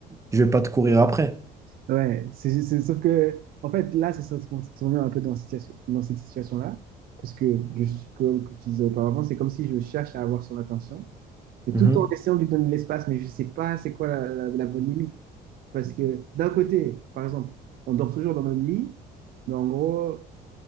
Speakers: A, on the right; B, on the right.
A: je vais pas te courir après.
B: ouais, c'est, c'est- sauf que en fait là, c'est ça qu'on se met un peu dans, cette situation- dans cette situation-là parce que je suis, comme comme je disais auparavant, c'est comme si je cherche à avoir son attention. Et
A: Mhm.
B: tout en essayant de lui donner de l'espace, mais je ne sais pas c'est quoi la, la- la bonne limite. Parce que d'un côté, par exemple, on dort toujours dans le même lit, mais en gros,